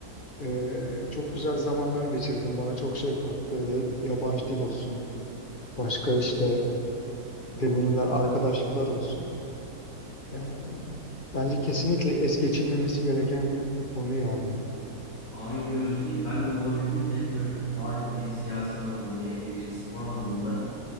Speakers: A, on the left; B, on the left.
A: Ee, çok güzel zamanlar geçirdim. Bana çok şey kattı. Ya- yabancı dil olsun, başka işte deneyimler, arkadaşlıklar olsun. Yani bence kesinlikle es geçilmemesi gereken bir konu yani.
B: Aynı görüşteyim. Ben de olabildiğince hep böyle çok faaldim. Hem siyasi anlamda hem de işte spor anlamında.